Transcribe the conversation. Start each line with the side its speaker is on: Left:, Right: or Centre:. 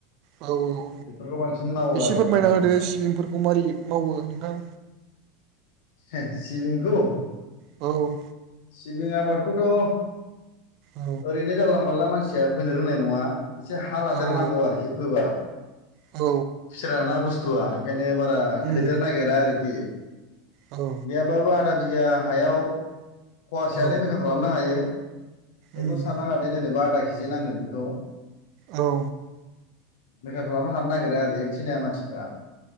Right: औ औ
Left: बेफोरखौ बांसिन मावो
Right: एसे
Left: आरो
Right: फोरमायना
Left: खामानिखौ
Right: होदो सिबिंफोरखौ मारै मावो नोंथां
Left: एह सिबिंखौ?
Right: औ
Left: सिबिं आबादखौथ'
Right: औ
Left: ओरैनो जानला मानला मानसिया फैनो रोंनाय नङा एसे हा लादेर
Right: औ
Left: नांगौ आरोखि फोबा
Right: औ
Left: खुसिर ना बुस्थुआ ओंखायनो बारा
Right: उम
Left: थैदेर नागिरा आरोखि
Right: औ
Left: गैयाबाबो आधा बिगा हायाव फवासेयानो
Right: औ
Left: मोसा खालामनो हायो बेखौ
Right: उम
Left: साननाङा दे जेनेबा आधा केजि नांगोन बेखौ
Right: औ
Left: रोखा खालामनो हानो नागिरा आरो ए थिनिआ मानसिफ्रा